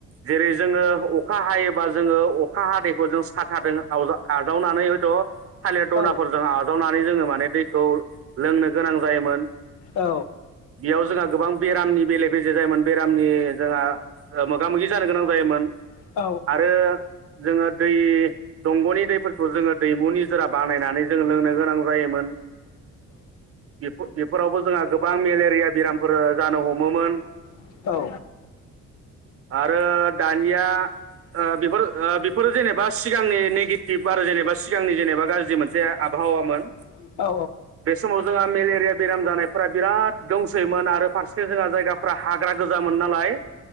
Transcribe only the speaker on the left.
औ
औ
औ
औ
औ औ